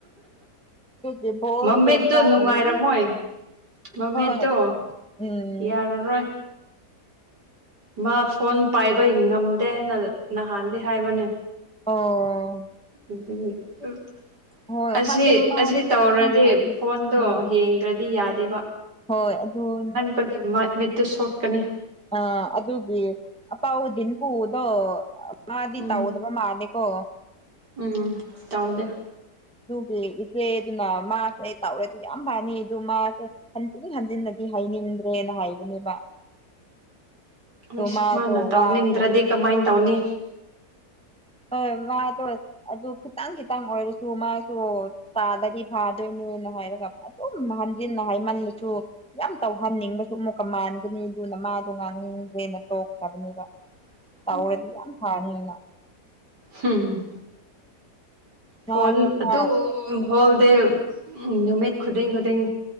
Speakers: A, in the centre; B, on the right.
A: ꯑꯗꯨꯒꯤ ꯕꯣꯜꯗꯤ
B: ꯃꯃꯤꯠꯇꯨ
A: ꯌꯦꯡꯕ꯭ꯔꯥ
B: ꯅꯨꯡꯉꯥꯏꯔꯝꯃꯣꯏ
A: ꯍꯪꯉꯦ
B: ꯃꯃꯤꯠꯇꯣ
A: ꯍꯣꯏ ꯎꯝ
B: ꯌꯥꯔꯔꯣꯏ ꯃꯥ ꯐꯣꯟ ꯄꯥꯏꯕꯩ ꯉꯝꯗꯦꯅ ꯅꯍꯥꯟꯗꯤ ꯍꯥꯏꯕꯅꯦ
A: ꯑꯣ
B: ꯑꯗꯨꯒꯤ ꯑꯥꯎ
A: ꯍꯣꯏ
B: ꯑꯁꯤ
A: ꯍꯟꯗꯛ ꯃꯥꯗꯣ
B: ꯑꯁꯤ ꯇꯧꯔꯗꯤ
A: ꯊꯣꯛꯄꯒꯨꯝ ꯇꯧꯕꯅꯦ
B: ꯐꯣꯟꯗꯣ
A: ꯑꯣ
B: ꯌꯦꯡꯗ꯭ꯔꯗꯤ ꯌꯥꯗꯦꯕ
A: ꯍꯣꯏ ꯑꯗꯨꯅꯤ
B: ꯄꯒꯤ ꯃꯥꯏ ꯃꯤꯠꯇꯨ ꯁꯣꯛꯀꯅꯤ
A: ꯑ ꯑꯗꯨꯒꯤ ꯑꯄꯥꯥꯎꯗꯤꯟꯄꯨꯗꯣ ꯃꯥꯗꯤ
B: ꯎꯝ
A: ꯇꯧꯗꯕ ꯃꯥꯜꯂꯤ ꯀꯦ
B: ꯎꯝ ꯇꯧꯗꯦ
A: ꯗꯨꯒꯤ ꯏꯆꯦꯗꯨꯅ ꯃꯥꯁꯦ ꯇꯧꯔꯗꯤ ꯌꯥꯝ ꯐꯅꯤ ꯑꯗꯨ ꯃꯥꯁꯦ ꯍꯟꯖꯤꯟ ꯍꯟꯖꯤꯟꯅꯗꯤ ꯍꯥꯏꯅꯤꯡꯗ꯭ꯔꯦꯅ ꯍꯥꯏꯕꯅꯦꯕ ꯑꯗꯣ
B: ꯑꯁ
A: ꯃꯥꯗꯣ
B: ꯃꯥꯅ ꯇꯧꯅꯤꯡꯗ꯭ꯔꯗꯤ
A: ꯋꯥꯒꯨꯝ
B: ꯀꯃꯥꯏ ꯇꯧꯅꯤ
A: ꯍꯣꯏ ꯃꯥꯗꯣ ꯑꯗꯨ ꯈꯤꯇꯪ ꯈꯤꯇꯪ ꯑꯣꯏꯔꯁꯨ ꯃꯥꯁꯨ ꯇꯥꯜꯂꯥꯗꯤ ꯐꯥꯗꯣꯏꯅꯦꯅ ꯍꯥꯏꯔꯒ ꯑꯗꯨꯝ ꯍꯟꯖꯤꯟꯅ ꯍꯥꯏꯃꯜꯂꯁꯨ ꯌꯥꯝ ꯇꯧꯍꯟꯅꯤꯡꯕꯁꯨ ꯑꯃꯨꯛꯀ ꯃꯥꯟꯒꯅꯤ ꯑꯗꯨꯅ ꯃꯥꯗꯣ ꯉꯥꯡꯅꯤꯡꯗ꯭ꯔꯦꯅ ꯇꯣꯛꯈ꯭ꯔꯕꯅꯦꯕ
B: <inaudible>
A: ꯇꯧꯔ꯭ꯗꯤ ꯌꯥꯝ ꯐꯥꯅꯤꯅꯥ
B: ꯍꯝ ꯐꯣꯟ
A: ꯃꯥꯁꯨ ꯈꯔ
B: ꯑꯗꯨꯝ ꯍꯣꯜꯗꯦ ꯎꯝ ꯅꯨꯃꯤꯠ ꯈꯨꯗꯤꯡ ꯈꯨꯗꯤꯡ